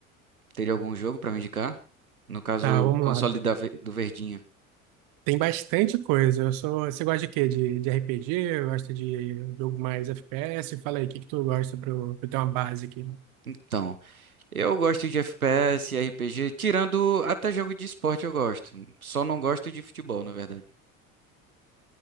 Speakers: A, on the right; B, on the right.
A: Teria algum jogo pra me indicar? No caso,
B: Tá, vamos
A: o console
B: lá.
A: da ve- do Verdinho.
B: Tem bastante coisa. Eu sou... Você gosta de quê? De, de RPG? Gosta de jogo mais FPS? Fala aí, o que que tu gosta pra eu, pra eu ter uma base aqui?
A: Então, eu gosto de FPS, RPG, tirando até jogo de esporte eu gosto. Só não gosto de futebol, na verdade.